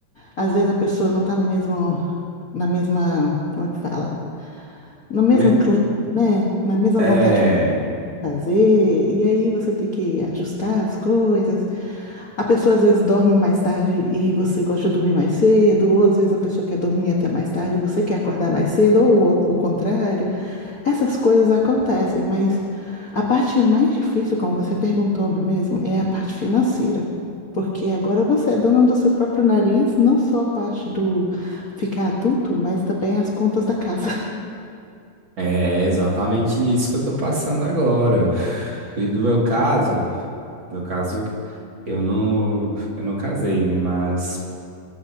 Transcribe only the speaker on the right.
Me-
É,
é exatamente isso que eu tô passando agora. E do meu caso, meu caso, eu não, eu não casei, né? Mas